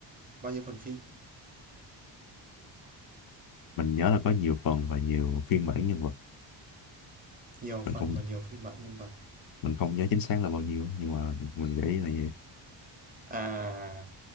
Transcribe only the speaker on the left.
mình nhớ là có nhiều phần và nhiều phiên bản nhân vật
mình
không
mình không nhớ chính xác là bao nhiêu nhưng mà mình nghĩ là gì